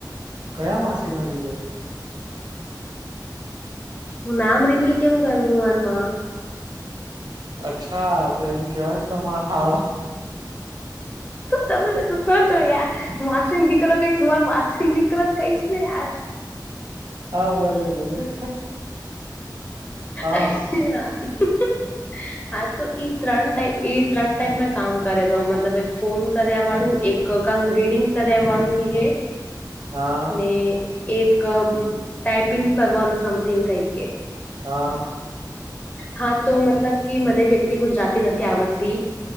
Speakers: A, on the right; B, on the left.
A: કયા માસી નો દીકરો.
B: હું નામ રિવિલ કેમ કરું હું મનમાં.
A: અચ્છા તો એમ કેવાય ને તમારા હાડા.
B: તમે બધું શો છો યાર. માસીન દીકરો કઈ મારો વાસીન દીકરો જ કઈશ ને યાર.
A: હા ભલે ભલે. હા
B: અયા હમ હમ. હા તો એ ત્રણ ટાઈપ એ ત્રણ ટાઈપ ના કામ કરેલો મતલબ એક ફોન કર્યા વાળું એક. રીડિંગ કર્યા વાળું બી હે.
A: હા
B: ને એક ટાઈપિંગ કરવાનું સમથિંગ કઈ.
A: હા.
B: હા તો મતલબ કે મને જેમ કે ગુજરાતી નથી આવડતી.